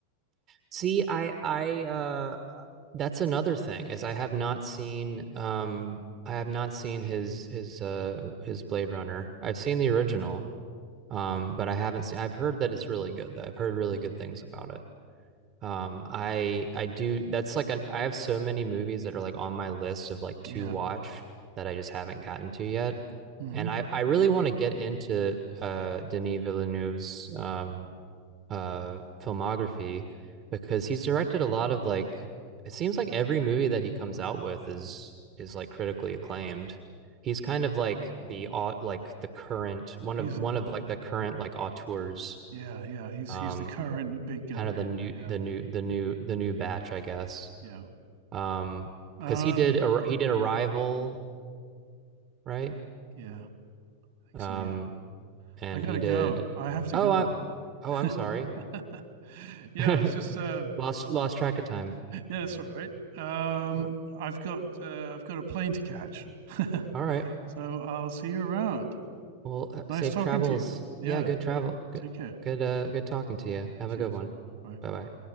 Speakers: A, on the right (about 35°); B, on the right (about 55°).
A: See, I I uh that's another thing is I have not seen um I have not seen his his uh his Blade Runner. I've seen the original, um, but I haven't seen I've heard that it's really good though. I've heard really
B: Mm.
A: good things about it. Um I I do that's like an I have so many movies that are like on my list of like
B: Yeah.
A: to watch that I just haven't gotten to yet.
B: hmm
A: And I, I really want to get into uh Denis Villeneuve's um uh filmography because he's directed a lot of like it seems like every movie that he comes out with is is like critically acclaimed. He's kind of like the au- like the current one
B: He's
A: of one of like the current like auteurs
B: yeah yeah he's
A: um
B: he's the current big guy.
A: kind of the new
B: Yeah
A: the new the new the new batch I guess.
B: yeah
A: Um
B: uh
A: cuz he did Ar- he did Arrival, right?
B: yeah I think
A: Um
B: so yeah.
A: and
B: I gotta
A: he did
B: go. I have to
A: Oh,
B: go.
A: I Oh, I'm sorry.
B: <laughs> yeah,
A: <laughs>
B: it's just uh
A: Lost lost track of time.
B: Yeah, that's all right. Um,
A: Uh,
B: I've got uh, I've got a plane to catch, <laughs>
A: All right.
B: so I'll see you around.
A: Well, uh,
B: Nice
A: safe
B: talking
A: travels.
B: to you. Yeah,
A: Yeah, good
B: take
A: travel. Good,
B: take care.
A: good, uh, good talking to you. Have
B: Cheers.
A: a good one.
B: Bye.
A: Bye bye.